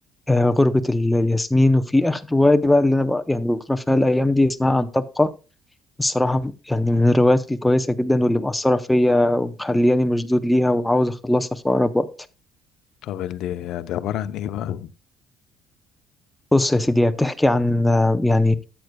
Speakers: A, in the centre; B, on the left.
A: آه، غربة ال- الياسمين وفي آخر رواية دي بقى اللي أنا بق- يعني بقرأ فيها الأيام دي اسمها أن تبقى الصراحة يعني من الروايات الكويسة جدا واللي مأثرة فيا ومخلياني مشدود ليها وعاوز أخلصها في أقرب وقت
B: طب ال- دي دي عبارة عن ايه بقى
A: بص يا سيدي هي بتحكي عن آه، يعني